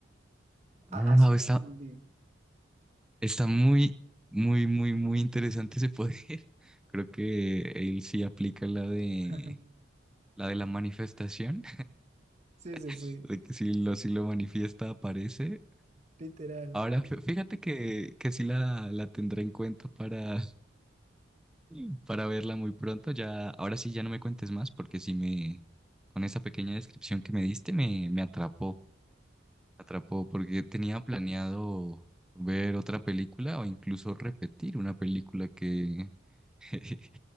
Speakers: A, on the right; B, in the centre.
A: A-
B: Wow,
A: así lo
B: está,
A: entendí.
B: está muy, muy, muy, muy interesante ese poder. <laughs> Creo que él sí aplica la de
A: <laughs>
B: la de la manifestación,
A: Sí, sí,
B: <laughs>
A: sí,
B: de que si lo, si lo manifiesta aparece.
A: literal.
B: Ahora, fí- fíjate que, que sí la, la tendré en cuenta para, <laughs> para verla muy pronto. Ya, ahora sí ya no me cuentes más, porque sí me, con esa pequeña descripción que me diste, me, me atrapó. atrapó porque tenía planeado ver otra película o incluso repetir una película que <laughs>